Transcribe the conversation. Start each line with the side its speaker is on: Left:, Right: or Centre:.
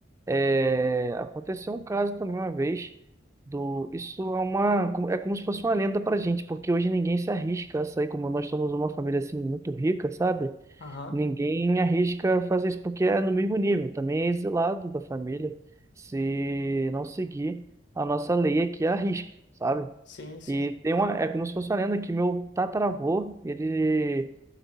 Right: É, aconteceu um caso também uma vez do. Isso é uma. É como se fosse uma lenda pra gente, porque hoje ninguém se arrisca a sair, como nós somos uma família assim muito rica, sabe?
Left: Aham,
Right: Ninguém arrisca fazer isso porque é no mesmo nível, também é exilado da família se não seguir a nossa lei aqui é arrisca, sabe?
Left: Sim, sim.
Right: E tem uma, é como se fosse uma lenda que meu tataravô, ele